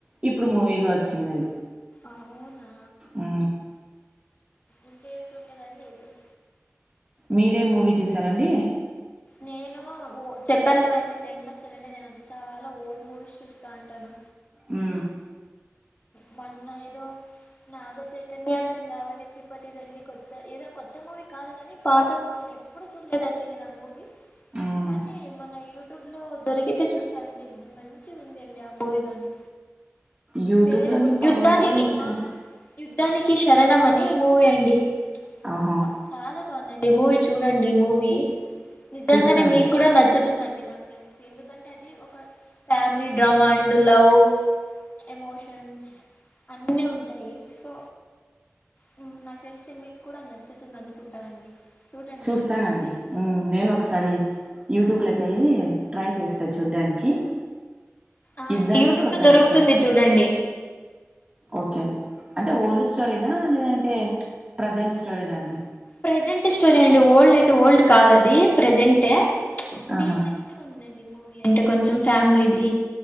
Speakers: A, on the right; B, on the left.
A: ఇప్పుడు మూవీగా వచ్చింది అది
B: అవునా
A: ఊ
B: ఇక ఏవి చూడేదండడి ఇదు <inaudible>
A: మీరేమ్ మూవీ జూసారండి
B: నేను ఓ చెప్పాను కదండి టైం పాస్ చేయాలంటే నేను అ చాలా ఓల్డ్ మూవీస్ చూస్తా ఉంటాను
A: ఉ
B: మన్న ఏదో నాగ చైతన్య అండ్ లావన్య త్రిపాటి దండి కొత్త ఏదో కొత్త మూవీ కాదు కాని పాత మూవీ నే ఎప్పుడు చూడలేదండి నేను ఆ మూవీ
A: మ్
B: కానీ మన యూ యూట్యూబ్ లో దొరికితే చూసాండి మంచి ఉంది అండి ఆ మూవీ గాని
A: యూట్యూబ్
B: పేరు
A: లన్ని
B: గు
A: పాతవే
B: యుద్ధానికి
A: ఉంటాయి
B: ఆ యుద్ధానికి శరణం అని మూవీ అండి
A: ఆహా
B: బా చాలా బావుందండీ మూవీ చూడండి మూవీ నిజంగానే
A: చూస్తానండి
B: మీకు కూడా నచ్చుతుందండి నాకు తెలుసు ఎందుకంటే అది ఒక family drama and love emotions అన్నీ ఉంటాయి సో హు నాకు తెలిసి మీకు కూడా నచ్చుతుంది అనుకుంటానండి చూడండి
A: చూస్తానండి
B: ఆ మూవీని
A: ఉమ్. నేను ఒకసారి యూట్యూబ్ లోకి వెళ్ళి ట్రై చేస్తా చూడ్డానికి
B: ఆ
A: యుద్ధానికి
B: అండి యూట్యూబ్
A: ఒక
B: లో దొరుకుతుంది
A: శరణం
B: చూడండి
A: ఓకే అండి అంటే ఓల్డ్ స్టోరీనా లేదంటే ప్రజెంట్ స్టోరీనా అండి
B: ప్రజెంట్ స్టోరీ అండి ఓల్డ్ అయితే ఓల్డ్ కాదు అది ప్రెజెంటెడీసెంట్
A: ఆహా
B: డీసెంట్ గా ఉందండి మూవీ అంటే కొంచెం ఫ్యామిలీది